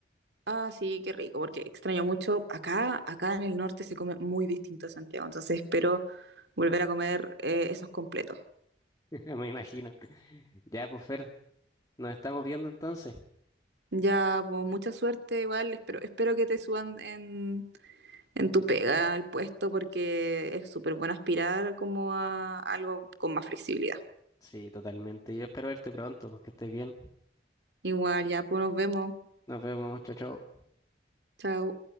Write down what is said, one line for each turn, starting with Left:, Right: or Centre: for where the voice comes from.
Right: Ah, sí, qué rico, porque extraño mucho. Acá, acá en el norte se come muy distinto a Santiago, entonces espero volver a comer eh, esos completos.
Left: <laughs> me imagino. Ya, pues Fer, nos estamos viendo entonces.
Right: Ya, pues mucha suerte, igual, espero, espero que te suban en, en tu pega al puesto, porque es súper bueno aspirar como a algo con más flexibilidad.
Left: Sí, totalmente. Yo espero verte pronto, porque estés bien.
Right: Igual, ya, pues nos vemos.
Left: Nos vemos. Chao, chao.
Right: Chao.